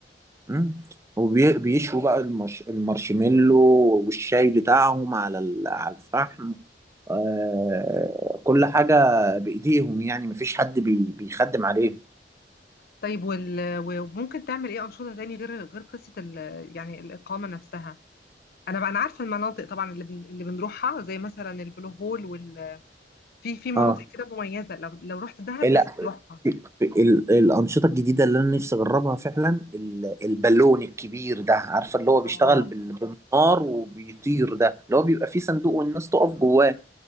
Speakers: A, on the right (about 15°); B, on the left (about 60°).
A: مم. وبيشوا بقى المش... المارشميلو والشاي بتاعهم على ال... على الفحم آه... كل حاجه بايديهم يعني مفيش حد بي... بيخدم عليهم
B: طيب وال... وممكن تعمل إيه أنشطة تاني غير غير قصة ال... يعني الإقامة نفسها أنا بقى أنا عارفة المناطق طبعا اللي بن... اللي بنروحها زي مثلا البلو هول في في مناطق
A: اه
B: كده مميزة لو لو رحت دهب
A: لا
B: لازم تروحها
A: ال... الانشطه الجديده اللي انا نفسي اجربها فعلا ال... البالون الكبير ده عارفه اللي هو بيشتغل
B: اه
A: بال... بالنار وبيطير ده اللي هو بيبقى فيه صندوق والناس تقف جواه